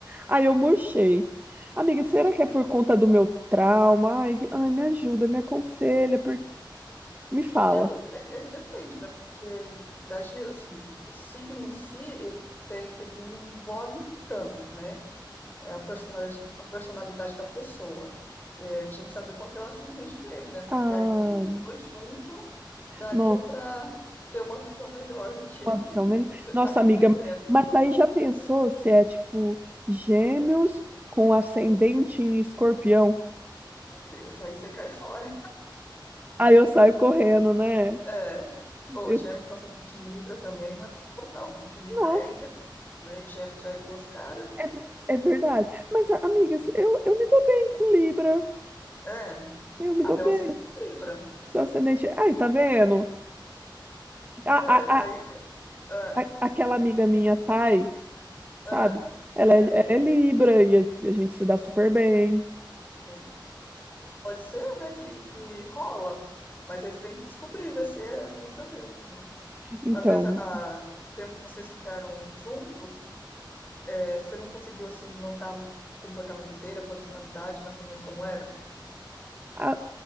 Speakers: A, on the right; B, on the left.
A: ai eu murchei. Amiga, será que é por conta do meu trauma? Ai, que- ai, me ajuda, me aconselha, por... me fala.
B: Gêmeos é que, é que depende, né? Porque, na verdade, assim, o signo em si, ele tem, ele não envolve tanto, né? É a personalidade, a personalidade da pessoa. É, tinha que saber qual que é o ascendente dele, né? Porque
A: Ah,
B: aí os dois juntos daria
A: não,
B: para ter uma visão melhor do que,
A: pode
B: <laughs>
A: ser o
B: do
A: melhor.
B: que você
A: Nossa,
B: tá se
A: amiga,
B: metendo.
A: mas aí já pensou se é tipo gêmeos com ascendente em escorpião?
B: Meu Deus, aí você cai fora.
A: Aí eu saio correndo, né?
B: É, o
A: Eu-
B: gêmeos com ascendente em Libra também não é muito bom, não, porque Libra
A: Nossa,
B: é indeciso, né? E gêmeos já é duas caras.
A: é, ver- é verdade. Mas, a- amiga, se- eu, eu me dou bem com Libra.
B: É,
A: Eu me
B: ah,
A: dou
B: meu
A: bem.
B: ascendente é Libra.
A: Seu ascendente. Aí, tá vendo? A,
B: É,
A: a, a,
B: aí, ah,
A: a- aquela amiga minha, Thay,
B: ah,
A: sabe? Ela é,
B: sei.
A: ela é Libra e a, e a gente se dá super bem.
B: sei. Pode ser, né, que, que rola, mas aí você tem que descobrir, ver se é Libra mesmo, né?
A: Então,
B: Às vezes, a, a- o tempo que vocês ficaram juntos, é, você não conseguiu, assim, notar o comportamento dele, a personalidade, mais ou menos como era?
A: a,